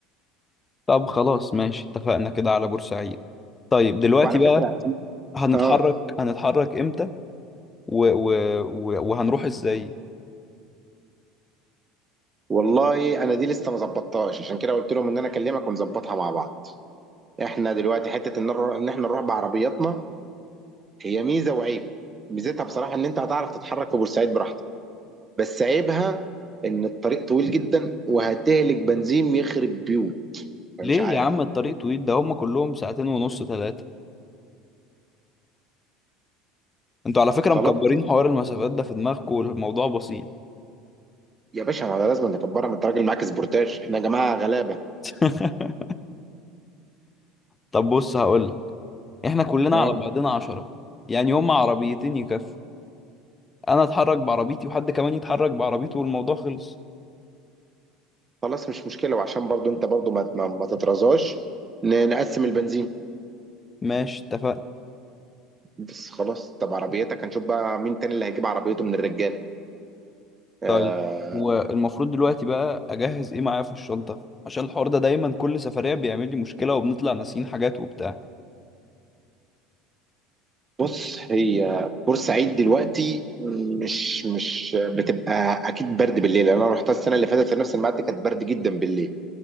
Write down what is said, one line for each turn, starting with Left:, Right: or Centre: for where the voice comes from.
Left: طب خلاص ماشي اتفقنا كده على بورسعيد طيب دلوقتي
Right: وعلى
Left: بقى
Right: فكره
Left: هنتحرك
Right: اه
Left: هنتحرك امتى و... و... و... وهنروح ازاي
Right: والله انا دي لسه ما ظبطتهاش عشان كده قلت لهم ان انا اكلمك ونظبطها مع بعض احنا دلوقتي حته ان نر- ان احنا نروح بعربياتنا هي ميزه وعيب ميزتها بصراحه ان انت هتعرف تتحرك في بورسعيد براحتك بس عيبها ان الطريق طويل جدا وهتهلك بنزين يخرب بيوت فمش
Left: ليه
Right: عارف
Left: يا عم الطريق طويل ده هما كلهم ساعتين ونص ثلاثة انتوا على فكرة
Right: خلاص
Left: مكبرين حوار المسافات ده في دماغكم والموضوع بسيط
Right: يا باشا ما لازم نكبرها ما انت راجل معاك سبورتاج احنا يا جماعه غلابه
Left: <laughs> طب بص هقولك احنا كلنا
Right: ها
Left: على بعضنا عشرة يعني هما عربيتين يكفوا انا اتحرك بعربيتي وحد كمان يتحرك بعربيته والموضوع خلص
Right: خلاص مش مشكله وعشان برضو انت برضو ما ما, ما تترزاش ن- نقسم البنزين
Left: ماشي اتفقنا
Right: بس خلاص طب عربيتك هنشوف بقى مين تاني اللي هيجيب عربيته من الرجال آه
Left: طيب هو المفروض دلوقتي بقى اجهز ايه معايا في الشنطه عشان الحوار ده دايما كل سفريه بيعمل لي مشكله وبنطلع ناسيين حاجات وبتاع
Right: بص هي بورسعيد دلوقتي مش مش بتبقى اكيد برد بالليل انا رحتها السنه اللي فاتت في نفس الميعاد دي كانت برد جدا بالليل